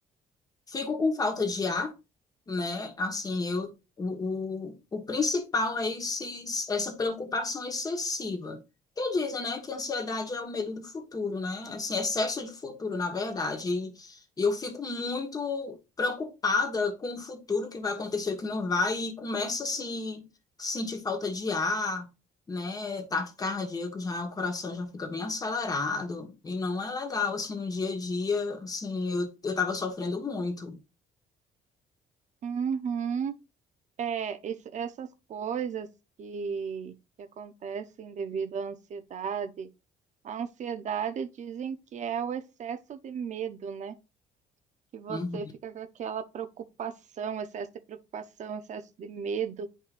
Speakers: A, on the left (about 25°); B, on the right (about 50°).
A: Fico com falta de ar, né? Assim, eu o, o, o principal é esses, essa preocupação excessiva. Que dizem, né, que a ansiedade é o medo do futuro, né? Assim, excesso de futuro, na verdade. E eu fico muito preocupada com o futuro que vai acontecer, o que não vai, e começo assim sentir falta de ar né, ataque cardíaco, já o coração já fica bem acelerado e não é legal, assim, no dia a dia, assim, eu, eu tava sofrendo muito.
B: Uhum. É, es- essas coisas que, que acontecem devido à ansiedade. A ansiedade dizem que é o excesso de medo, né? que você
A: Uhum.
B: fica com aquela preocupação, excesso de preocupação, excesso de medo.